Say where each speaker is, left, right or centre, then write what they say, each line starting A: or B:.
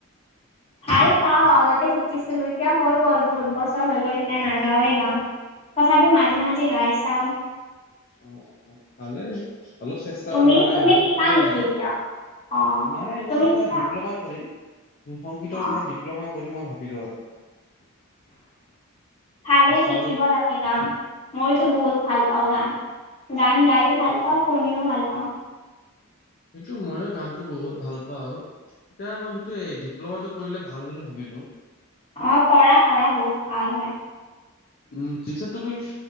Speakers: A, on the left; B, on the left.
A: ভাল পাওঁ আগতে শিকিছিলো, এতিয়া হৈ গ'ল বহুত বছৰ হৈ গ'ল, এতিয়া নাগাওৱেই গান। তথাপিওঁ মাজে-মাজে গাই চাওঁ।
B: অ-অ, ভালেই অলপ চেষ্টা
A: তুমি
B: মানে
A: তুমি
B: মনত
A: শিকা
B: কৰিব
A: নেকি
B: লাগে।
A: এতিয়া
B: <unintelligible>
A: অ।
B: নাই
A: তুমি
B: মই এতিয়া
A: শিকা
B: ডিপ্ল'মা কৰিম। সংগীতৰ
A: অ
B: ওপৰত ডিপ্ল'মা কৰিম, মই ভাবিলো আৰু <unintelligible>
A: <inaudible> ভালে
B: ছাৰৰ
A: শিকিব লাগে গান, মইতো বহুত ভাল পাওঁ গান। গান গাইয়ো ভাল পাওঁ, শুনিও ভাল পাওঁ। <unintelligible>
B: সেইটো মইয়ো গানটো বহুত ভাল পাওঁ। এতিয়া মই সেইটোৱে, ডিপ্ল'মাটো কৰিলে ভাল বুলি ভাবিলো।
A: অ, কৰা-কৰা বহুত ভাল হয়।
B: উম, পিছত তুমি